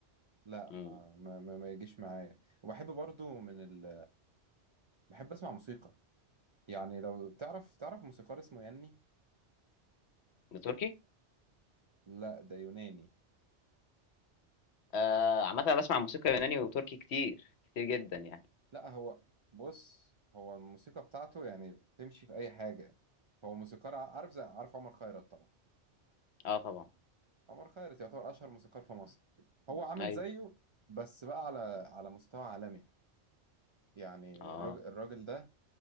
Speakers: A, on the right; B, on the left.
A: لا
B: امم
A: ما ما ما, ما يجيش معايا وبحب برضو من ال... بحب اسمع موسيقى يعني لو تعرف تعرف موسيقار اسمه ياني
B: ده تركي
A: لا ده يوناني
B: آه عامة انا بسمع موسيقى يوناني وتركي كتير كتير جدا يعني
A: لا هو بص هو الموسيقى بتاعته يعني تمشي في اي حاجه هو موسيقار ع- عارف زي عارف عمر خيرت طبعا
B: اه طبعا
A: عمر خيرت يعتبر اشهر موسيقار في مصر هو عامل
B: ايوه
A: زيه بس بقى على على مستوى عالمي يعني
B: اه
A: الراجل الراجل ده